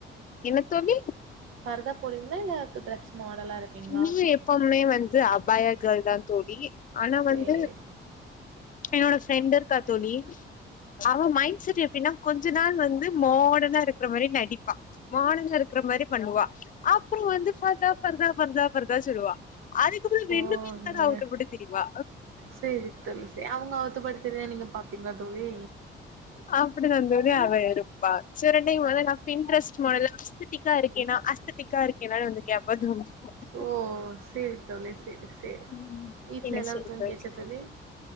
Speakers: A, on the left; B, on the right.
A: என்ன தோழி
B: ஃபர்தா போடுவீங்ளா இல்ல ட்ரெஸ் மாடலா இருப்பீங்களா
A: இங்கியு எப்போதுமே வந்து <unintelligible> கேல் தா தோழி ஆனா
B: சேரி
A: வந்து என்னோட ஃப்ரெண்ட் க்கா தோழி அவ மைண்ட் செட் எப்டின்னா கொஞ்ச நாள் வந்து மாடர்னா இருக்கற மாறி நடிப்பா மாடர்னா இருக்கற மாறி பண்ணுவா அப்றோ வந்து பாத்தா ஃபர்தா ஃபர்தா ஃபர்தா சொல்லுவா அதுக்கப்ற
B: போங்க
A: ரெண்டுமே இருக்காது அவுத்து போட்டுட்டு திரிவா
B: சேரி தோழி சேரி அவங்க ஆத்துப்படுத்துறத நீங்க பாப்பீங்களா தோழி
A: அப்டி தா தோழி
B: ம்
A: அவ இருப்பா செரி ரெண்டுமே பின்ட்ரஸ்ட் மாடல்ல த்டிக்கா இருக்கேன்னா அஸ்த் டிக்கா இருக்கேனானு வந்து கேப்பா திரும்ப
B: ஓ செரி தோழி செரி செரி
A: ம்.
B: வீட்ல
A: என்ன
B: எல்லாரு
A: செய்றது?
B: தூங்கியாச்சா தோழி